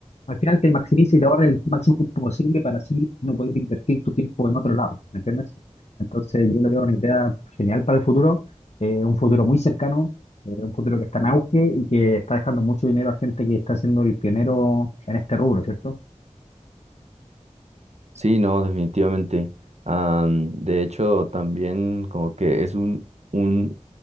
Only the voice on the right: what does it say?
Sí, no, definitivamente. Am, de hecho, también como que es un, un,